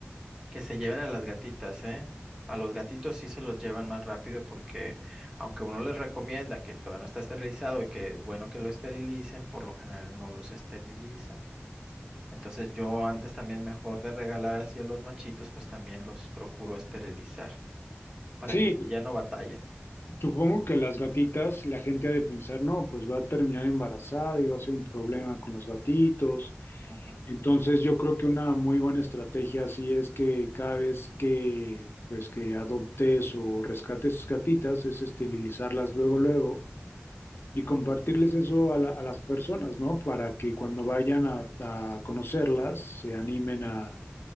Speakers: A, on the right (about 15°); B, on the left (about 60°).
A: que se lleven a las gatitas, ¿eh? A los gatitos sí se los llevan más rápido porque aunque uno les recomienda que todavía no está esterilizado y que es bueno que lo esterilicen, por lo general no los esterilizan. Entonces yo antes también mejor de regalar así a los machitos, pues también los procuro esterilizar para
B: Sí,
A: que así ya no batallen.
B: supongo que las gatitas, la gente ha de pensar, no, pues va a terminar embarazada y va a ser un problema con los gatitos.
A: Ujú,
B: Entonces, yo creo que una muy buena estrategia así es que cada vez que pues que adoptes o rescates gatitas es esterilizarlas luego luego y compartirles eso a, la- a las personas, ¿no? Para que cuando vayan a, a conocerlas se animen a,